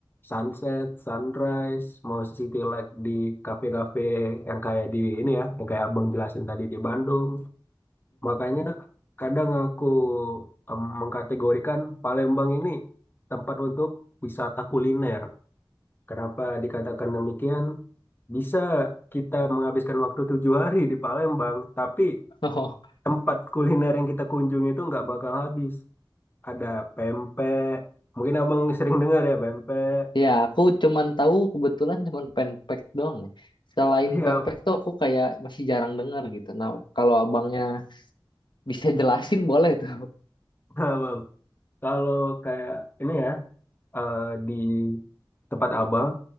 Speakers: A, on the left (about 25°); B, on the left (about 70°).
A: sunset, sunrise, mau city light di kafe-kafe yang kayak di ini ya, yang kayak Abang jelasin tadi di Bandung. Makanya kadang aku em, mengkategorikan Palembang ini tempat untuk wisata kuliner. Kenapa dikatakan demikian? Bisa kita menghabiskan waktu tujuh hari di Palembang, tapi
B: <laughs>
A: tempat kuliner yang kita kunjungi itu nggak bakal habis. Ada pempek, mungkin abang sering dengar ya pempek.
B: Ya, aku cuman tahu kebetulan cuman pempek doang nih. Selain
A: Iya,
B: pempek tuh aku kayak masih jarang dengar gitu. Nah, kalau abangnya bisa jelasin <laughs> boleh tuh.
A: <laughs> abang. Kalau kayak ini ya. eh, di tempat abang